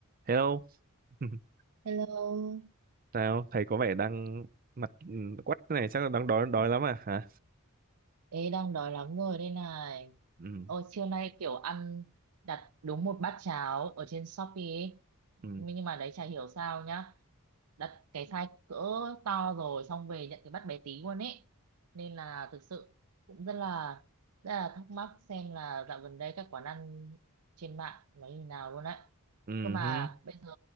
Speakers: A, on the right; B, on the right.
A: Hello, <laughs>
B: Hello,
A: nào thầy có vẻ đang mặt ừ, quắt này chắc là đang đói đói lắm à hả?
B: Ê, đang đói lắm rồi đây này.
A: Ừ,
B: Ôi, trưa nay kiểu ăn đặt đúng một bát cháo ở trên Shopee ấy.
A: ừ,
B: Nhưng mà đấy chả hiểu sao nhá. Đặt cái size cỡ to rồi xong về nhận cái bát bé tí luôn ấy. Nên là thực sự cũng rất là rất là thắc mắc xem là dạo gần đây các quán ăn trên mạng nó như nào luôn đấy.
A: ừ,
B: Cơ mà
A: hứ,
B: bây giờ